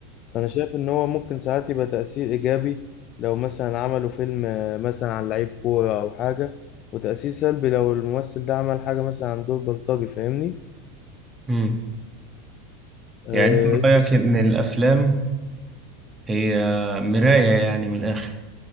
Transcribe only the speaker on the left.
فانا شايف ان هو ممكن ساعات يبقى تأثير ايجابي لو مثلا عملوا فيلم آه، مثلا عن لعيب كورة او حاجة وتأثير سلبي لو الممثل ده عمل حاجة مثلا عن دور بلطجي فاهمني
اه
انت
ش-